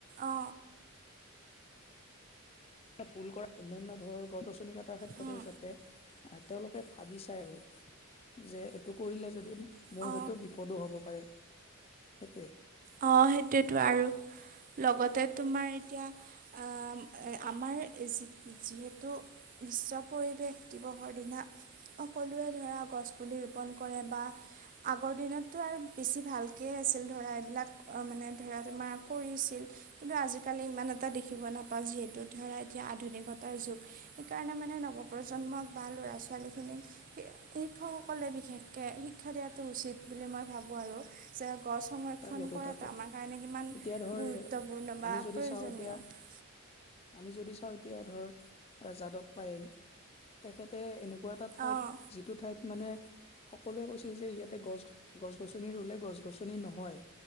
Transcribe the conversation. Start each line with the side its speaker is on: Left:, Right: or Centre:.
Right: অ
Left: ফুল কৰা অন্্যান্য ধৰণৰ গছ গছনি কাটাৰ ক্ষেত্ৰতে
Right: উম
Left: তেওঁলোকে ভাবি চাই আৰু যে এইটো কৰিলে যদি মোৰ
Right: অ
Left: হয়তো পদো হ'ব পাৰে সেইটোৱে।
Right: অ সেইটোৱেতো আৰু লগতে তোমাৰ এতিয়া আম আমাৰ যিহেতু বিশ্ব পৰিৱেশ দিৱসৰ দিনা। সকলোৱে ধৰা গছ পুলি ৰোপন কৰে বা আগৰ দিনততো আৰু বেছি ভালকৈ আছিল ধৰা এইবিলাক অহ মানে ধৰা তোমাৰ কৰিছিল। কিন্তু আজিকালি ইমান এটা দেখিব নাপাওঁ যিহেতু ধৰা এতিয়া আধুনিকতাৰ যুগ। সেইকাৰণে মানে নৱপ্ৰজন্মক বা ল'ৰা ছোৱালী খিনিক শিক্ষকসকলে বিশেষকে শিক্ষা দিয়াটো উচিত বুলি মই ভাবোঁ আৰু। যে গছ সং
Left: তাকেতো
Right: ক্ষণ কৰাটো
Left: তাকেতো
Right: আমাৰ কাৰণে কিমান
Left: এতিয়া ধৰ
Right: গুৰুত্বপূৰ্ণ বা
Left: আমি যদি
Right: প্ৰয়োজনীয়।
Left: চাওঁ এতিয়া আমি যদি চাওঁ, এতিয়া ধৰ যাদৱ পায়েং তেখেতে এনেকুৱা এটা ঠাইত
Right: অঁ
Left: যিটো ঠাইত মানে, সকলোৱে কৈছিল যে ইয়াতে গছ, গছ গছনি ৰুলে গছ গছনি নহয়।